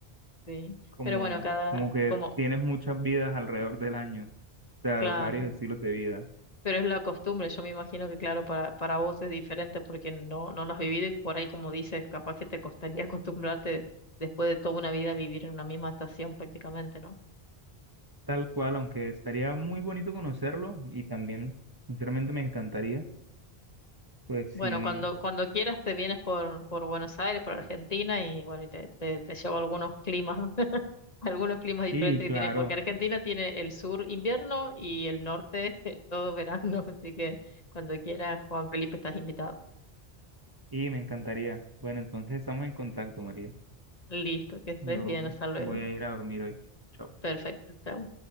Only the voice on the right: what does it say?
como,
como que
tienes muchas vidas alrededor del año, o sea,
varios estilos de vida.
Tal cual, aunque estaría muy bonito conocerlo y también, sinceramente, me encantaría. Pues
sí,
y claro,
y me encantaría. Bueno, entonces estamos en contacto, María.
Yo
voy a ir a dormir hoy. Chao.